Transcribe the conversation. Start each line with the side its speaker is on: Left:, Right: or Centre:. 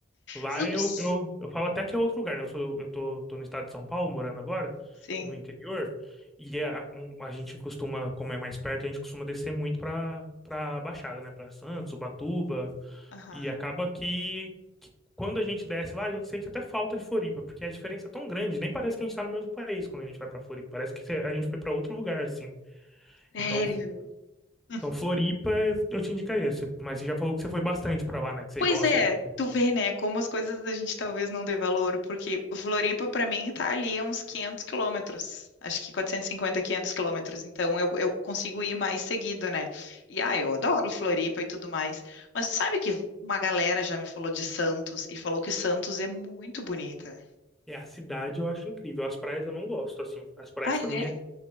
Centre: Lá
Left: Vocês não
Centre: eu,
Left: s-
Centre: eu, eu falo até que é outro lugar, né? Eu sou, eu tô, tô no estado de São Paulo, morando agora,
Left: Sim.
Centre: no interior, e é a, um- a gente costuma, como é mais perto, a gente costuma descer muito pra, pra Baixada, né? Pra Santos, Ubatuba,
Left: Aham.
Centre: e acaba que, que quando a gente desce lá, a gente sente até falta de Floripa, porque a diferença é tão grande, nem parece que a gente tá no mesmo país quando a gente vai pra Floripa, parece que cê- a gente foi pra outro lugar, assim.
Left: Sério?
Centre: Então,
Left: Hum.
Centre: então Floripa eu te indicaria, cê- mas você já falou que você foi bastante pra lá, né? Que você
Left: Pois
Centre: gosta
Left: é,
Centre: bastante.
Left: tu vê, né, como as coisas a gente talvez não dê valor, porque Floripa, pra mim, tá ali a uns 500 quilômetros, acho que 450, 500 quilômetros, então eu, eu consigo ir mais seguido, né? E, ah, eu adoro Floripa e tudo mais, mas sabe que uma galera já me falou de Santos e falou que Santos é muito bonita.
Centre: É, a cidade eu acho incrível. As praias eu não gosto, assim. As praias
Left: Ah, é?
Centre: pra mim é,